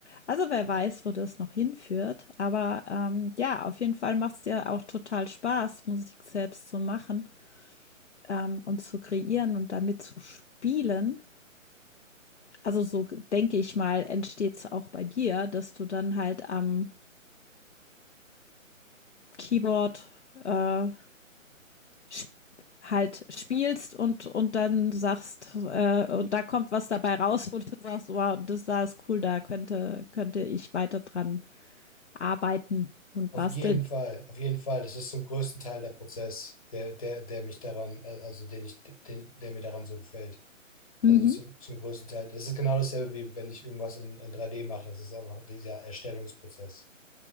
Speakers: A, on the left; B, on the left.
A: Also, wer weiß, wo das noch hinführt. Aber, ähm, ja, auf jeden Fall macht's dir auch total Spaß, Musik selbst zu machen, ähm, und zu kreieren und damit zu spielen. Also, so denke ich mal, entsteht's auch bei dir, dass du dann halt am Keyboard, äh, sp halt spielst und, und dann sagst, äh, und da kommt was dabei raus, wo du sagst, wow, das da ist cool, da könnte, könnte ich weiter dran arbeiten und
B: Auf
A: basteln.
B: jeden Fall, auf jeden Fall. Es ist zum größten Teil der Prozess, der, der, der mich daran, äh, also den ich, den, der mir daran so gefällt.
A: Mhm.
B: Also zum, zum größten Teil. Es ist genau dasselbe, wie wenn ich irgendwas in, in 3D mache. Es ist einfach dieser Erstellungsprozess.